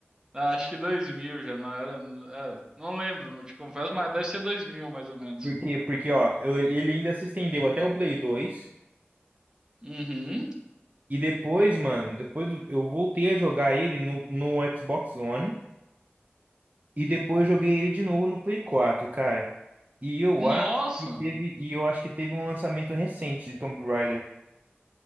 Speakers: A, on the right; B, on the right.
A: Ah, Acho que 2000 já não era. é, não lembro, eu te confesso, mas deve ser 2000 mais ou menos.
B: porque, porque, ó, eu- ele ainda se estendeu até o Play 2
A: Uhum.
B: e depois, mano, depois eu voltei a jogar ele no, no Xbox One, E depois joguei ele de novo no Play 4, cara. E eu
A: Nossa!
B: acho que teve, e eu acho que teve um lançamento recente de Tomb Raider,